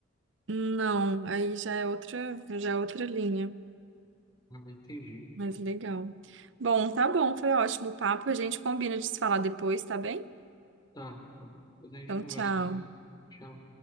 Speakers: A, on the right; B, on the left.
A: Não, aí já é outra, já é outra linha,
B: Ah, entendi.
A: mas legal. Bom, tá bom, foi ótimo o papo. A gente combina de se falar depois, tá bem?
B: Tá, depois a gente
A: Então,
B: conversa
A: tchau.
B: mais. Tchau.